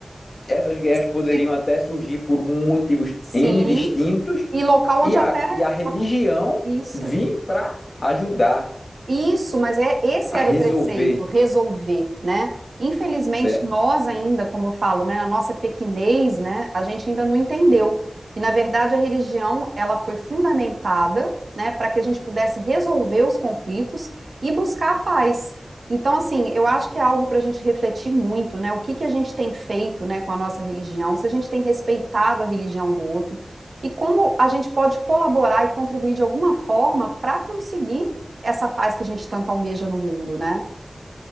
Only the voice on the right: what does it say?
Se-
Sim,
e local
onde
a terra,
é,
a Isso,
isso, mas é esse
era
o preceito, resolver, né? Infelizmente,
nós ainda, como eu falo, né, na nossa pequenez, né, a gente ainda não entendeu que, na verdade, a religião, ela foi fundamentada, né, para que a gente pudesse resolver os conflitos e buscar a paz. Então, assim, eu acho que é algo para a gente refletir muito, né? O que que a gente tem feito, né, com a nossa religião, se a gente tem respeitado a religião do outro e como a gente pode colaborar e contribuir de alguma forma para conseguir essa paz que a gente tanto almeja no mundo, né?